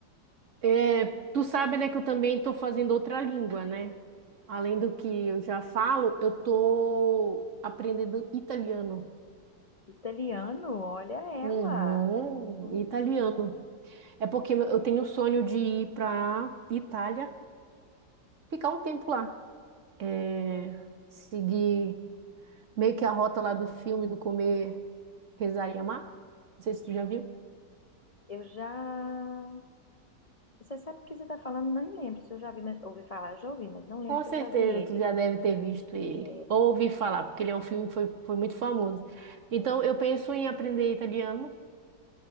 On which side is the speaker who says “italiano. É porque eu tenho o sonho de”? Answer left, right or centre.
Right